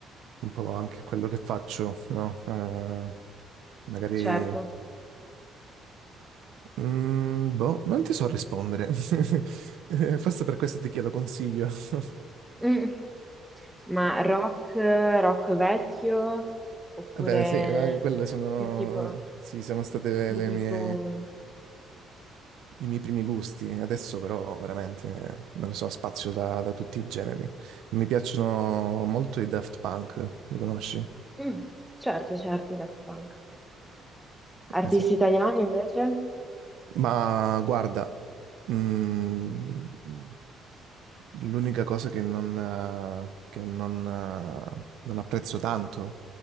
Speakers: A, on the right; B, in the centre.
A: un po' anche a quello che faccio, no? Eh, magari,
B: Certo.
A: eh, mm, boh, non ti so rispondere. <laughs> Eh, Forse per questo ti chiedo consiglio. <laughs>
B: Mm. Ma rock, rock vecchio, oppure
A: Vabbè, sì, eh, quelle sono,
B: più tipo,
A: sì, sono state
B: più
A: le
B: tipo...
A: mie i miei primi gusti. Adesso però veramente eh, non lo so, spazio da, da tutti i generi. Mi piacciono molto i Daft Punk, li conosci?
B: Mm, Certo, certo, i Daft Punk. Artisti
A: Eh sì.
B: italiani invece?
A: Ma guarda, mm, l'unica cosa che non, eh, che non, eh, non apprezzo tanto